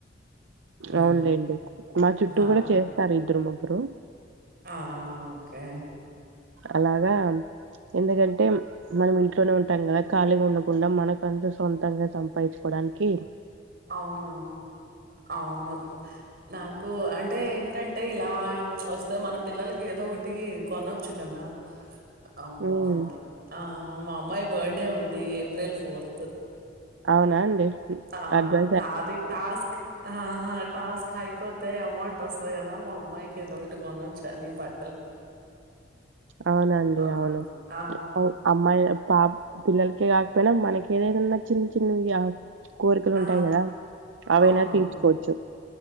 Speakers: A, on the right; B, on the right.
A: ఆ!
B: అవునులేండి మా చుట్టూ
A: ఆ!
B: కూడా చేస్తారు ఇద్దరు ము కరు
A: ఆ ఓ కే
B: అలాగా ఎందుకంటే మనం ఇంట్లోనే ఉంటాం కదా ఖాళీగా ఉండకుండా మనకంటూ సొంతంగా సంపాయించుకోడానికి
A: అవునవును అవును నాకు అంటే ఏంటంటే ఇలా వస్తే మన పిల్లలకి ఏదో ఒకటి కొనొచ్చు కదా ఆ
B: హ్మ్.
A: బావుంటు ఉంది ఆ మా అమ్మాయి బర్త్డే ఉంది ఏప్రిల్ ఫోర్
B: అవునా అండి
A: ఆ!
B: అడ్వా
A: నాది టాస్క్ అహా టాస్క్ అయిపోతే అమౌంట్ వస్తుంది కదా మా అమ్మాయికి ఏదోటి కొనొచ్చు అని బట్
B: అవునండి
A: ఆ!
B: అవును
A: ఆ!
B: అవ్ అమ్మాయి పాప్ పిల్లలకే కాకపోయినా మనకి ఏదేదన్న చిన్ చిన్ నుయావ్ కోరికలు
A: ఆ!
B: ఉంటాయి కదా అవైనా
A: అవునవును.
B: తీర్చుకోవచ్చు